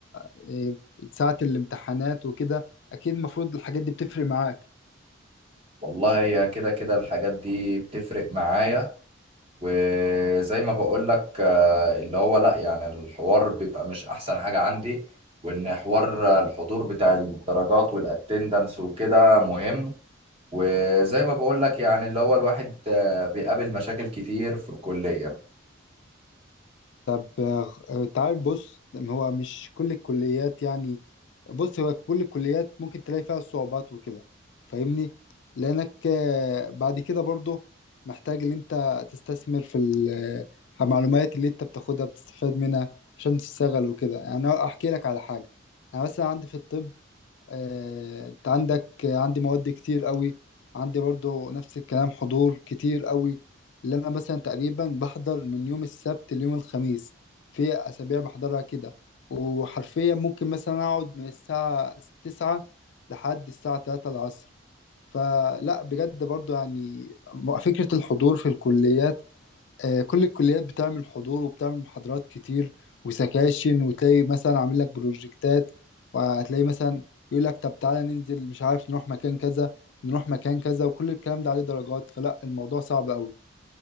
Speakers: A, on the left; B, on the right.
A: إيه، ساعة الامتحانات وكده أكيد المفروض الحاجات دي بتفرق معاك
B: والله هي كده كده الحاجات دي بتفرق معايا وزي ما بقول لك آه، اللي هو لا يعني الحوار بيبقى مش احسن حاجة عندي وان حوار آه، الحضور بتاع الدرجات والاتندنس وكده مهم وزي ما بقول لك يعني اللي هو الواحد آه، بيقابل مشاكل كتير في الكلية
A: طب آه، انت عارف بص هو مش كل الكليات يعني بص هو كل الكليات ممكن تلاقي فيها صعوبات وكده فاهمني لانك آه، بعد كده برضو محتاج ان انت تستثمر في ال- آه، المعلومات اللي انت بتاخدها بتستفاد منها عشان تشتغل وكده يعني أنا احكي لك على حاجة انا مثلا عندي في الطب آه، انت عندك آه، عندي مواد كتير قوي عندي برضو نفس الكلام حضور كتير قوي اللي انا مثلا تقريبا بحضر من يوم السبت ليوم الخميس في اسابيع بحضرها كده وحرفيا ممكن مثلا اقعد من الساعة تسعة لحد الساعة تلاتة العصر فلا بجد برضو يعني فكرة الحضور في الكليات آه، كل الكليات بتعمل حضور وبتعمل محاضرات كتير وسكاشن وتلاقي مثلا عامل لك بروجكتات وهتلاقي مثلا يقول لك طب تعالى ننزل مش عارف نروح مكان كذا نروح مكان كذا وكل الكلام ده عليه درجات فلا الموضوع صعب قوي